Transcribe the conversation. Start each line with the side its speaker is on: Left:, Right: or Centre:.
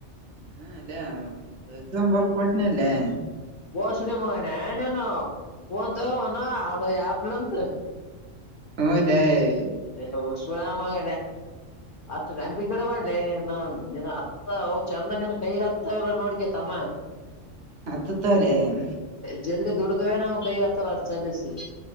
Right: ಹ್ಮ ಅಲ್ಲೇ ಮ ಎಕ್ಸಾ ಬರ್ ಕೊಟ್ಟನ ಅಲ್ಲೇ <inaudible>
Left: ಬೋಸ್ಡ ಮಗನೆ ಏನನು ನ್ ತಗಣ ಅ ಆಪ್ಲಂತ <inaudible>
Right: ಹ್ಮ ಇಲ್ಲೇ <inaudible>
Left: ಹ <inaudible> ಶುರಾಮಗ ಅಷ್ಟು ನಂಬಿ ಗಿಡ ಮಾಡ್ಲ ಅತ್ತ ಚಂದ ಕೈ <inaudible> ಈಗ ಹತ್ತವ್ರ ನೋಡ್ಕೇತಮ್ಮ <inaudible>
Right: ಹತ್ತತಲೇ <inaudible>
Left: ಜಲ್ಲ್ ದುಡದ್ವೇ ನಾ್ ಕೈ ಆತ್ತಲ್ಲ ಅಷ್ಟ ಸಲೀಸ <inaudible>